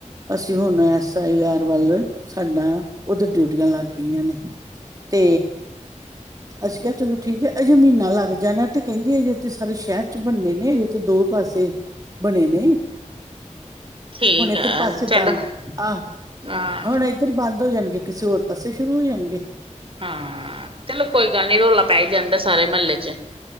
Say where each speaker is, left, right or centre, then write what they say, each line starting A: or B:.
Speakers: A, on the right; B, on the right.
A: ਅਸੀਂ ਹੁਣ ਐਸ ਆਈ ਆਰ ਵੱਲ ਸਾਡਾ ਉੱਧਰ ਡਿਊਟੀਆਂ ਲੱਗ ਗਈਆਂ ਨੇ ਤੇ ਅਸੀਂ ਕਿਹਾ ਚਲੋ ਠੀਕ ਏ ਅਜੇ ਮਹੀਨਾ ਲੱਗ ਜਾਣਾ ਤੇ ਕਹਿਦੇ ਅਜੇ ਤੇ ਸਾਰੇ ਸ਼ਹਿਰ ਚ ਬੰਨੇ ਨੇ ਅਜੇ ਤੇ ਦੋ ਪਾਸੇ ਬਣੇ ਨੇ। ਬ
B: <inaudible> ਠੀਕ
A: ਹੁਣ ਇੱਧਰ
B: ਹੈ
A: ਪਾਸੇ
B: ਚਲੋ
A: ਬੰਦ ਆ
B: ਹਾਂ
A: ਹੁਣ ਇੱਧਰ ਬੰਦ ਹੋ ਜਾਣ ਕਿਸੇ ਹੋਰ ਪਾਸੇ ਸ਼ੁਰੂ ਹੋ ਜਾਣਗੇ।
B: ਹਾਂ ਚਲੋ ਕੋਈ ਗੱਲ ਨੀ ਰੌਲਾ ਪੈ ਈ ਜਾਂਦਾ ਸਾਰੇ ਮਹੱਲੇ ਚ